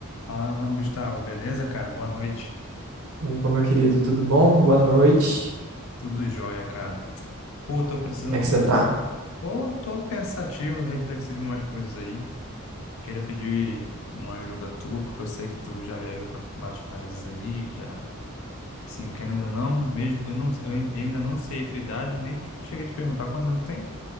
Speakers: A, on the left; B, on the right.
A: Fala, meu mano Gustavo, beleza, cara? Boa noite.
B: Opa, meu querido, tudo bom? Boa noite.
A: Tudo jóia, cara. Pô, tô precisando
B: Como é que
A: conversar.
B: você tá?
A: Tô, tô pensativo, reflexivo em umas coisas aí. Queria pedir uma ajuda tua, porque eu sei que tu já viajou para vários países aí, já. Assim, querendo ou não, mesmo, eu não, eu ain- eu ainda não sei a tua idade, nem te- cheguei a te perguntar quantos anos tu tem.